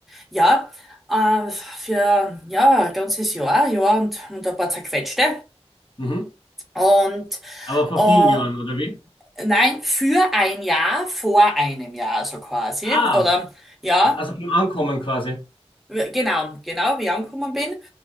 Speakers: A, in the centre; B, on the left.
A: Ja, äh, für ja, ein ganzes Jahr, Jahr und, und ein paar zerquetschte.
B: Mhm.
A: Und
B: Aber vor
A: äh,
B: vielen Jahren, oder wie?
A: nein, für ein Jahr, vor einem Jahr so quasi.
B: Ah,
A: Oder ja,
B: also beim Ankommen quasi.
A: w- genau, genau, wie ich angekommen bin.